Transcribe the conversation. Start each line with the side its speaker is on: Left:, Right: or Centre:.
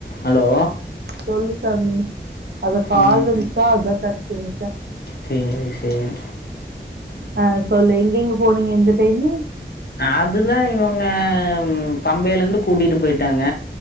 Left: Hello
Right: சொல்லு சாமி அத கால்
Left: ம்
Right: வந்துச்சா அதா கட் பண்ணிட்டே
Left: சேரி சேரி
Right: ஆ சொல்லு எங்கெங்க போனீங்க இந்த டைமு
Left: அதுதா இவங்க பம்பைலேந்து கூட்டிட்டு போயிட்டாங்க